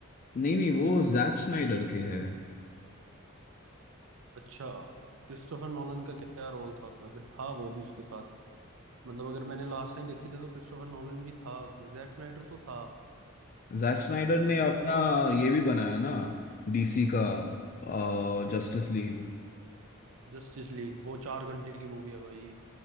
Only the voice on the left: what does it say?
नहीं नहीं वो जैक स्नाइडर के है
जैक स्नाइडर ने
अपना ये भी बनाया ना डीसी का जस्टिस लीग